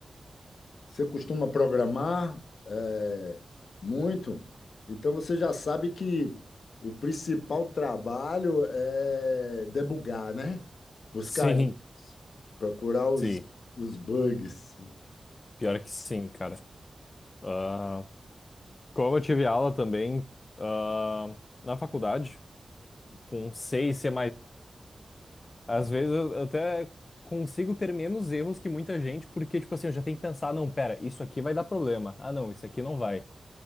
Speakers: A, on the left; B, on the left.
A: você costuma programar é, muito, então você já sabe que o principal trabalho é debugar, né? Buscar,
B: Sim.
A: procurar os,
B: Sim.
A: os bugs.
B: Pior que sim, cara. Ah, como eu tive aula também ah, na faculdade, com C e C++, às vezes eu eu até consigo ter menos erros que muita gente, porque, tipo assim, eu já tenho que pensar, não, pera, isso aqui vai dar problema. Ah, não, isso aqui não vai.